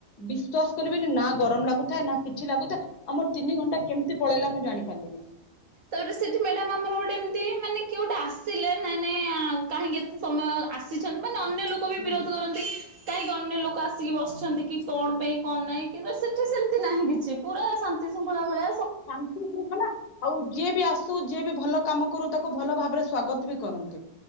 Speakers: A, on the left (about 70°); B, on the right (about 60°).
A: ବିଶ୍ଵାସ। କରିବେନି ନା ଗରମ ଲାଗୁଥାଏ ନା କିଛି ଲାଗୁଥାଏ ଆମର ତିନି ଘଣ୍ଟା କେମିତି ପଳେଇଲା ମୁଁ ଜାଣି ପାରିଲିନି।
B: ତାପରେ ସେଠି ମ୍ୟାଡାମ ଆମର ଗୋଟେ ଏମିତି ମାନେ କେଉଟା ଆସିଲେ ନ ନାଇଁ କାହିଁକି ଏତେ ସମୟ ଆସିଛନ୍ତି। ଅନ୍ୟ ଲୋକ ବି
A: ହୁଁ
B: ବିରୋଧ କରନ୍ତି କାହିଁକି ଅନ୍ୟ ଲୋକ ଆସିକି ବସିଛନ୍ତି କି କଣ ପାଇଁ କଣ ନାହିଁ କିନ୍ତୁ ସେଠି ସେମିତି ନାହିଁ କିଛି ପୁରା ଶାନ୍ତି ପଳାାବଳେ
A: ଶାନ୍ତି ଶୁଙ୍ଖଲା ଆଉ ଯିଏ ବି ଆସୁ ଯିଏ ବି ଭଲ କାମ ଆଗୁରୁ ତାକୁ ଭଲ ଭାବରେ ସ୍ବାଗତ ବି କରନ୍ତି